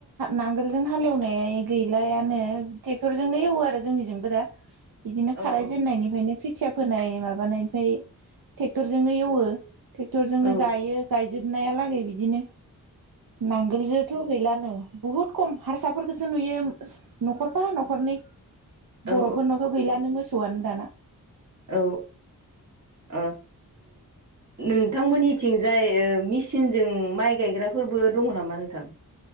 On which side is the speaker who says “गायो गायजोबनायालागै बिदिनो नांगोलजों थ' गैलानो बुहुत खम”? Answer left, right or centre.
Right